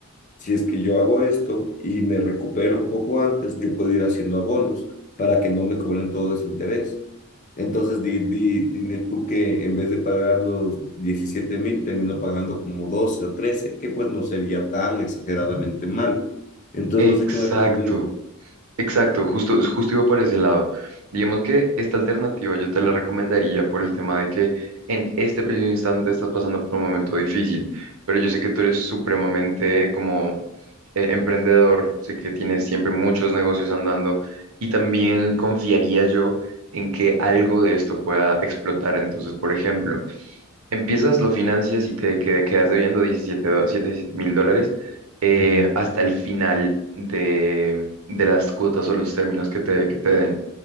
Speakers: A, on the left; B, on the right.
A: si es que yo hago esto y me recupero un poco antes, yo puedo ir haciendo abonos para que no me cobren todo ese interés. Entonces, di, di, dile tú que en vez de pagar los diecisiete mil, termino pagando como 12 o 13 que pues no sería tan exageradamente mal. Entonces,
B: Exacto.
A: no sé qué me recomienda.
B: Exacto, justo, justo iba por ese lado. Digamos que esta alternativa yo te la recomendaría por el tema de que en este preciso instante estás pasando por un momento difícil, pero yo sé que tú eres supremamente como eh, emprendedor, sé que tienes siempre muchos negocios andando y también confiaría yo en que algo de esto pueda explotar. Entonces, por ejemplo, Empiezas, lo financias y te queda- quedas debiendo 17 do- 7 7 mil dólares eh,
A: Ujú,
B: hasta el final de, de las cuotas o los términos que te, que te den.